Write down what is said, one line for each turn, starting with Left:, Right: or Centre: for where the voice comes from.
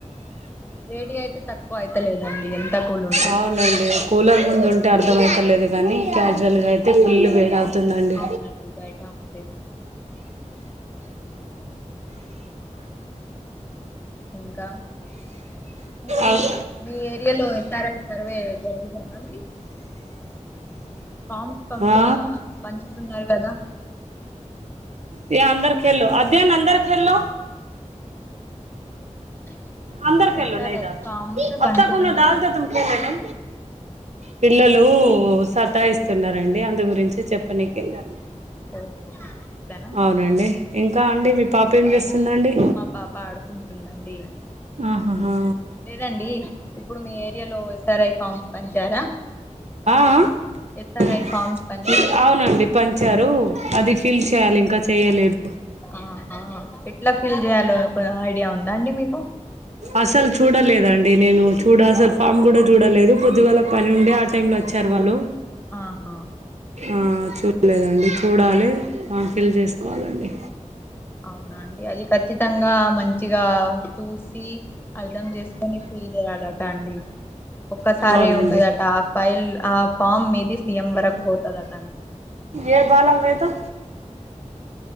Left: వేడీ అయితే తక్కువ అయితలేదండి ఎంత కూల్ ఉంటది
Right: అవునండి కూలర్ ముందు ఉంటే అర్థంమయితలేదు గానీ క్యాజువల్గా అయితే ఫుల్ వేడవుతుందండి
Left: నండి బయట ఓకే ఇంకా ఇంకా
Right: అవ్
Left: మీ మీ ఏరియాలో ఎస్సారెస్ సర్వే జరుగుతుందా అండి ఫార్మ్స్ పంపుతా
Right: ఆ
Left: పంచుతున్నారు గదా
Right: హే అందర్ కెల్లో ఆధ్యాన్ అందర్ ఖెల్లో
Left: <inaudible>
Right: అందర్
Left: పెట్టారు
Right: ఖెలో నై
Left: అవి
Right: జతా
Left: పామ్స్
Right: అబ్
Left: పంచుతున్నాయి
Right: తకున్న డాల్దేతు
Left: కదా
Right: తుమ్ ఖెల్లెతె పిల్లలు సతాయిస్తున్నారండి అందు గురించి చెప్పనికి ఎల్లాను
Left: ఓహో అట్లనా
Right: అవునండి ఇంకా అండి మీ పాప ఏం చేస్తుందండి
Left: మా పాప ఆడుకుంటుందండి
Right: ఆహాహా
Left: లేదండి ఇప్పుడు మీ ఏరియాలో ఎస్ఆర్ఐ ఫార్మ్స్ పంచారా
Right: ఆ ఆ
Left: ఎస్ఆర్ఐ ఫామ్స్ పంచారా అంటే
Right: అవునండి పంచారు అది ఫిల్ చేయాలి ఇంకా చెయలేదు
Left: ఆహ ఎట్లా ఫిల్ చేయాలో ఒక ఐడియా ఉందా అండి మీకు
Right: అసలు చూడలేదండి నేను చూడ సలు ఫామ్ కూడా చూడలేదు పొద్దుగాల పని ఉండే ఆ టైంలో వచ్చారు వాళ్ళు
Left: ఆహా
Right: ఆ చూడలేదండి చూడాలే ఫాం ఫిల్ చేసుకోవాలండి
Left: అవునా అండి అది ఖచ్చితంగా మంచిగా చూసి అర్ధం చేసుకుని ఫీల్ చేయాలట అండి ఒక్కసారే
Right: అవునండి
Left: ఉంటదట ఆ ఫైల్ ఆ ఫామ్ మీద సీఎం వరకు పోతదట
Right: ఏ బాలం గయ్ తో